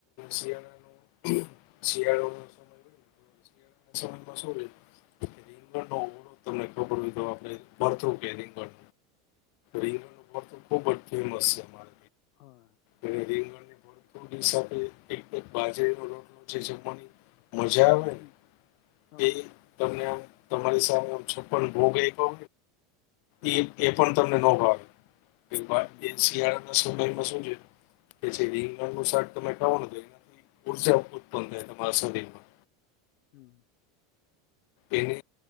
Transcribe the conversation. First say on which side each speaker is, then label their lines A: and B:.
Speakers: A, on the left; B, on the left.
A: શિયાળો, શિયાળો ના સમય માં શું હોય રીંગણનો ઓળો તમને ખબર હોય તો આપણે ભરથું કે રીંગણ
B: હા
A: રીંગણ નું ભરથું ખૂબ જ ફેમસ છે. માર
B: હા
A: એ રીંગણ ભરથું ની સાથે એક તો બાજરીનો રોટલો જે જમવાની મજા આવે
B: હમ
A: ને
B: હા
A: એ તમને આમ તમારી સામે આમ છપ્પન ભોગ એઈય તો
B: હમ
A: એ એ પણ તમને ન ભાવે. <unintelligible>
B: હમ હમ
A: એક શિયાળા <unintelligible> શું જોઈએ કે જે રીંગણ નું શાક તમારે ખાવાનું જોઈએ. ઉર્જા
B: હા
A: ઉત્પન્ન <unintelligible> માસુદીમાં.
B: હમ
A: એ એને